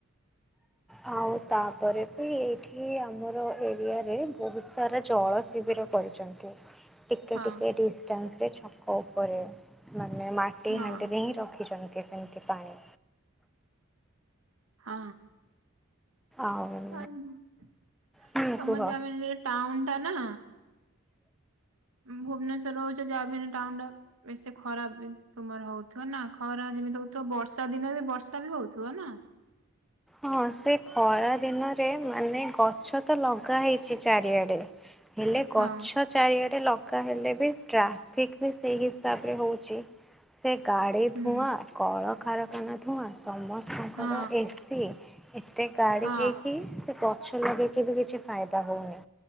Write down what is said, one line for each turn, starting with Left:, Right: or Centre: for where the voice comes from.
Centre: ଆଉ ତାପରେ ବି ଏଇଠି ଆମର ଏରିଆରେ ବହୁତ ସାରା ଜଳ ଶିବିର କରିଛନ୍ତି। ଟିକେ
Right: ହଁ
Centre: ଟିକେ ଡିଷ୍ଟାନ୍ସରେ ଛକ ଉପରେ ମାନେ ମା ମାଟି
Right: ହଁ
Centre: ହାଣ୍ଡିରେ ହିଁ ରଖିଛନ୍ତି ସେମିତି ପାଣି।
Right: ହଁ
Centre: ଆଉ
Right: ହଁ ଆମ
Centre: ହୁଁ କୁହ।
Right: ତମ ଯମିନିରେ ଟାଉଟା ନା। ଭୁବନେଶ୍ୱର ରହୁଚ ଜାବିହେଲେ ଟାଉନଟା। ବେଶି ଖରା ବି ତୁମର ହଉଥିବ ନା ଖରା ଯେମିତି ହଉଥିବ ବର୍ଷା ଦିନରେ ବି ବର୍ଷା ବି ହଉଥିବ ନା?
Centre: ହଁ ସେ ଖରା ଦିନରେ ମାନେ ଗଛ ତ ଲଗା ହେଇଛି ଚାରିଆଡେ ହେଲେ ଗଛ
Right: ହଁ
Centre: ଚାରିଆଡ଼େ ଲଗା ହେଲେ ବି ଟ୍ରାଫିକ ବି ସେଇ ହିସାବରେ ହଉଛି! ସେ ଗାଡ଼ି
Right: ହୁଁ
Centre: ଧୂଆଁ କଳକାରାରଖାନା ଧୂଆଁ ସମସ୍ତଙ୍କର
Right: ହଁ
Centre: ଏସି ଏସି ଏତେ ଗାଡି
Right: ହଁ
Centre: ହେଇକି ସେ ଗଛ ଲଗେଇକି ବି କିଛି ଫାଇଦା ହଉନି!